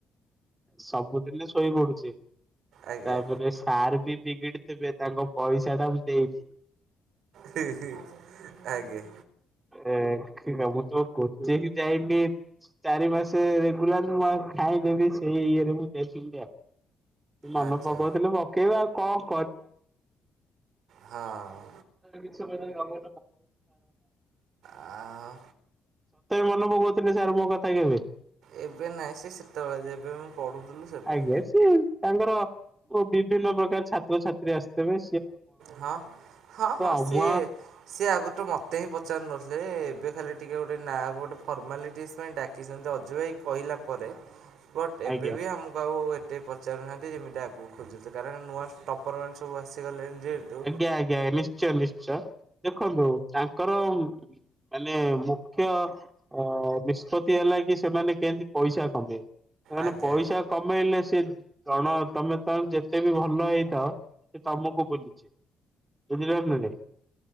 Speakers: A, on the right; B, on the right.
A: ସବୁଦିଲେ ସ୍କୁ ଶୋଇ ପଡୁଛି।
B: ଆଜ୍ଞା
A: ତାପରେ ସାର ବି ବିଗିଡି ତେବେ, ତାଙ୍କ ପଇସାଟା ମୁଁ ଦେଇନି।
B: ହି ହି ଆଜ୍ଞା।
A: ଏ ମୁଁ ତ କୋଚିଂ ଯାଇନି, ଚାରି ମାସ ରେଗୁଲାର ମୁଁ ଆଉ ଖା ମୁଁ ବି ସେଇ ଇଏରେ ମୁଁ ଦେଖି ନି ଆଉ। ମନ
B: ଆଚ୍ଛା
A: ପକଉଥିଲେ ପକେଇବା ଆଉ କଣ?
B: ହଁ।
A: କିଛମ <unintelligible> ସତରେ!
B: ଆଉ
A: ମନେ ପକଉଥିବେ ସାର୍ ମୋ କଥା କେବେ?
B: ଏବେ ନାଇଁ, ସେ ସେତେବେଳେ ଯେବେ ମୁଁ ପଢୁଥିଲୁ। ସେବେ
A: ଆଜ୍ଞା ସିଏ ତାଙ୍କର ଓ ବିଭିନ୍ନ ପ୍ରକାର ଛାତ୍ରଛାତ୍ରୀ ଆସିଥବେ।
B: ହଁ ହଁ ହଁ
A: ଅମୁଆ
B: ସିଏ, ସିଏ ଆଗରୁ ତ ମତେ ହିଁ ପଚାରୁ ନଥିଲେ। ଏବେ ଖାଲି ଟିକେ ଗୋଟେ ନାଁକୁ ଗୋଟେ ଫର୍ମାଲିଟିସ୍ ପାଇଁ ଡାକିଛନ୍ତି। ଅଜୁ ଭାଇ କହିଲା ପରେ ବଟ, ଏବେ
A: ଆଜ୍ଞା।
B: ବି ଆମକୁ ଆଉ ଏତେ ପଚାରୁନାହାଁନ୍ତି ଯେମିତି ଆଗକୁ ଖୋଜୁଥିଲେ। କାରଣ ନୂଆ ଟପର ମାନେ ସବୁ ଆସିଗଲେଣି। ଯେହେତୁ
A: ଆଜ୍ଞା ଆଜ୍ଞାା, ନିଶ୍ଚୟ! ନିଶ୍ଚୟ! ଦେଖନ୍ତୁ ତାଙ୍କର ଉମ୍ ମାନେ ମୁଖ୍ୟ ଅ ନିଷ୍ପତ୍ତି ହେଲା କି, ସେମାନେ କେଏଁତି ପଇସା କମେଇବେ? ଏମାନେ
B: ଆଜ୍ଞା।
A: ପଇସା କମେଇଲେ, ସେ ଜଣ, ତମେ ତ ଯେତେ ବି ଭଲ ହେଇଥାଅ, ସେ ତମକୁ ଭୁଲି ବୁଝିଲ ନା ନାହିଁ?